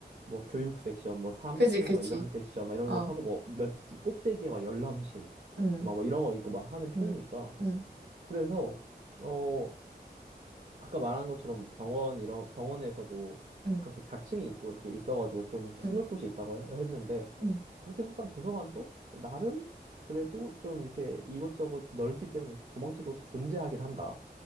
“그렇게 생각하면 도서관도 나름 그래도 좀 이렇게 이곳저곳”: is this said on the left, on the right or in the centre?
Right